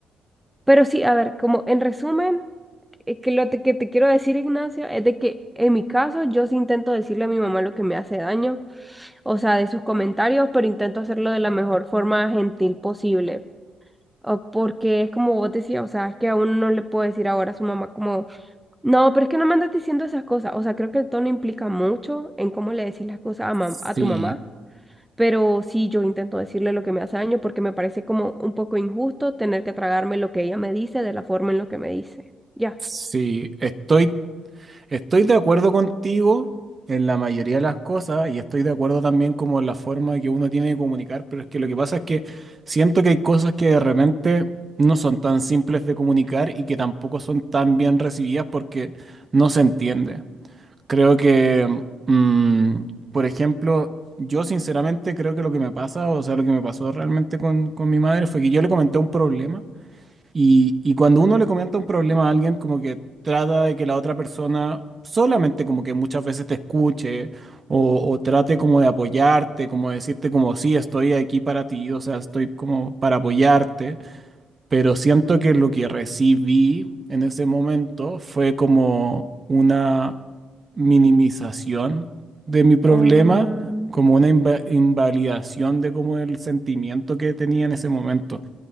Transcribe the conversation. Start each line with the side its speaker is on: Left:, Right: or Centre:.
Centre: Pero sí, a ver, como en resumen, eh, que lo te- que te quiero decir, Ignacio, es de que en mi caso yo sí intento decirle a mi mamá lo que me hace daño, o sea, de sus comentarios, pero intento hacerlo de la mejor forma gentil posible. o porque es como vos decías, o sea, es que a uno no le puede decir ahora a su mamá como, no, pero es que no me andas diciendo esas cosas. O sea, creo que el tono implica mucho en cómo le decís las cosas a, mam-
Right: Sí,
Centre: a tu mamá. Pero sí, yo intento decirle lo que me hace daño porque me parece como un poco injusto tener que tragarme lo que ella me dice de la forma en lo que me dice. Ya.
Right: sí, estoy, estoy de acuerdo contigo en la mayoría de las cosas y estoy de acuerdo también como en la forma que uno tiene de comunicar, pero es que lo que pasa es que siento que hay cosas que de repente no son tan simples de comunicar y que tampoco son tan bien recibidas porque no se entiende. Creo que, mm, por ejemplo, yo sinceramente creo que lo que me pasa, o sea, lo que me pasó realmente con, con mi madre fue que yo le comenté un problema. Y, y cuando uno le comenta un problema a alguien, como que trata de que la otra persona solamente como que muchas veces te escuche o, o trate como de apoyarte, como de decirte como sí, estoy aquí para ti, o sea, estoy como para apoyarte, pero siento que lo que recibí en ese momento fue como una minimización de mi problema,
Centre: Um,
Right: como una inva- invalidación de como el sentimiento que tenía en ese momento.